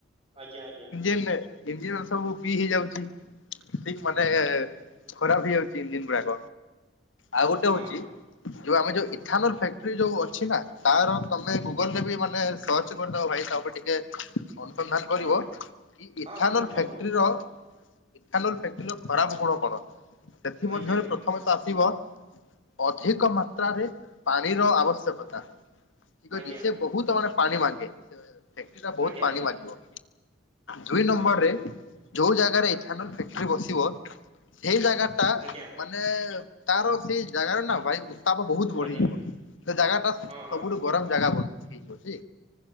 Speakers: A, on the right; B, on the left.
A: ଆଜ୍ଞା ଆଜ୍ଞା।
B: ଇଞ୍ଜିନିୟର। ଇଞ୍ଜିନିୟର ସବୁ ବି ହେଇଯାଉଚି। ଠିକ୍ ମାନେ ଖରାପ ହେଇଯାଉଛି ଇଞ୍ଜିନ୍ ଗୁଡାକ। ଆଉ ଗୋଟେ
A: ହଁ
B: ହଉଚି ଯୋଉ ଆମେ ଯୋଉ ଇଥାନଲ୍ ଫ୍ୟାକ୍ଟ୍ରି ଯୋଉ ଅଛି ନା ତାର ତମେ ଗୁଗଲରେ ବି ମାନେ ସର୍ଚ୍ଚ କରିଦବ ଭାଇ। ତା ପରେ ଟିକେ ଅନୁସନ୍ଧାନ କରିବ
A: ହଁ
B: କି ଇଥାନଲ
A: ହଁ ହଁ ଟିକେ କରିଦେବି
B: ଫୈକ୍ଟରୀର ଇଥାନଲ ଫୈକ୍ଟରୀର ଖରାପ ଗୁଣ କଣ? ସେଥି ମଧ୍ୟରୁ
A: ଆଜ୍ଞା
B: ପ୍ର ପ୍ରଥମ ତ ଆସିବ ଅଧିକ ମାତ୍ରାରେ ପାଣିର ଆବଶ୍ୟକତା। ଠିକ୍ ଅଛି।
A: ଆଜ୍ଞା
B: ସେ ବହୁତ ମାନେ ପାଣି ମାଗେ। ଫୈକ୍ଟରୀଟା ବହୁତ
A: ଆଜ୍ଞା
B: ପାଣି ମାଗିବ। ଦୁଇ ନମ୍ବରରେ
A: ଆଜ୍ଞା
B: ଯୋଉ ଜାଗାରେ ଇଥାନଲ ଫୈକ୍ଟରୀ ବସିବ ସେଇ ଜାଗା ଟା
A: ଆଜ୍ଞା
B: ମାନେ ତାର ସେଇ ଜାଗାରେ ନା ବାୟୁ। ଉତ୍ତାପ ବହୁତ ବଢିଯିବ।
A: ଆଜ୍ଞା ଆଜ୍ଞା
B: ସେ ଜାଗାଟା
A: ହଁ ହଁ
B: ସବୁଠୁ ଗରମ ଜାଗା ବହୁତ ହେଇଯାଉଛି।